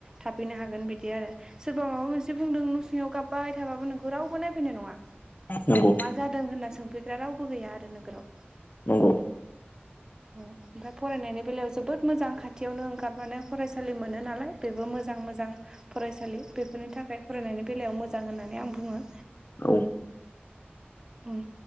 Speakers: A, on the right; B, on the left.
A: थाफैनो हागोन बिदि आरो, सोरबा माबा मोनसे बुंदों न' सिङाव गाबबाय थाबाबो नोंखौ रावबो नायफैनाय नङा
B: नंगौ
A: मा जादों होनना सोंफैग्रा रावबो गैया आरो नोगोराव।
B: नंगौ।
A: उम ओमफ्राय फरायनायनि बेलायाव जोबोत मोजां खाथियावनो ओंखारो मोजां मोजां फरायसालि बेफोरनि थाखाय फरायनायनि बेलायाव मोजां होननानै आं बुङो।
B: औ।
A: ओं,